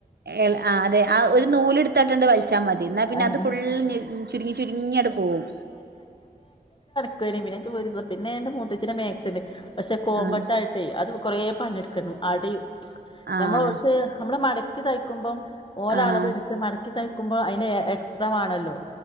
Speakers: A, on the right; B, on the left.
A: ഏ ല ആ അതെ ആ ഒരു നൂല് എടുത്തട്ട്ണ്ട് വലിച്ചാ മതി എന്നാ പിന്നെ
B: ആഹ്
A: അത് ഫുള്ള് ഞെ ചുരുങ്ങി ചുരുങ്ങി അട് പോവും
B: ക്കുനിം പിന്ന ക്ക് പോയി പിന്നെ എന്റെ മൂത്തച്ഛിടെ മാക്സി പക്ഷെ കോംമ്പട്ടായിട്ടേ
A: ആഹ്
B: അത് കുറെ പണിയെടുക്കണം അടെം
A: ആഹ്
B: ഞമ്മള് ഓൾക്ക് നമ്മള് മട ക്കി തയ്ക്കുമ്പം ഓലെ
A: ആഹ്
B: അളവ് എടുത്ത് മട ക്കി തയ്ക്കുമ്പോ അതിന് എക് എക്സ്ട്രാ വാണല്ലോ